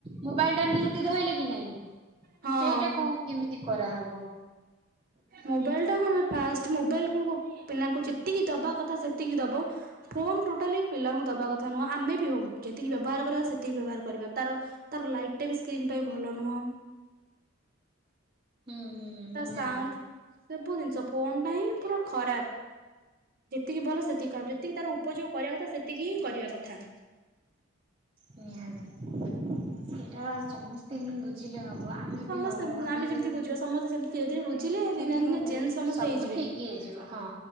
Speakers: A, on the right; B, on the right.
A: ମୋବାଇଲ ଟା ନିହାତି ଧଇଲା କି ନାଇଁ
B: ହଁ
A: ସେଇଟା କଣ କେମିତି କରାହେବ।
B: ମୋବାଇଲ ଟା କ ଆମେ ଫାଷ୍ଟ ମୋବାଇଲ କୁ ପିଲାଙ୍କୁ ଯେତିକି ଦବା କଥା ସେତିକି ଦବ। ଫୋନ୍ ଟୋଟାଲି ପିଲାଙ୍କୁ ଦେବା କଥା ନୁହେଁ ଆମେ ବି ହଉ ଯେତିକି ବ୍ୟବହାର କରିବା ସେତିକି ବ୍ୟବହାର କରିବା ତାର ତାର ଲାଇଟ୍ ଟା ବି ସ୍କ୍ରନ୍ ଟା ବି ଭଲ ନୁହଁ।
A: ହୁଁ ହୁଁ। ନିହାତି
B: ତା ସାଉଣ୍ଡ ସବୁ ଜିନିଷ ଫୋନ୍ ଟା ହିଁ ପୁରା ଖରାପ୍। ଯେତିକି ଭଲ ସେତିକି ଖରାପ୍ ଯେତିକି ତାର ଉପଯୋଗ କରିବା କଥା ସେତିକି ହିଁ କରିବା କଥା।
A: ନିହାତି ସେଇଟା ପା ସମସ୍ତେ ହିଁ ବୁଝିଲେ ହବ ଆ ଆମେ
B: ସମସ୍ତେ
A: ବି ହଉ ଆମେ
B: ଯେମିତି
A: ଯଦି
B: ବୁଝିବା ସମସ୍ତେ ସେମିତି ଧୀରେ ଧୀରେ ବୁଝିଲେ
A: ସେମିତି
B: ଦିନେ ଦିନେ
A: କହୁ
B: ଚେଞ୍ଜ ସମସ୍ତେ
A: ସବୁ
B: ହେଇଯିବେ।
A: ଠିକ୍ ହେଇଯିବ। ହଁ।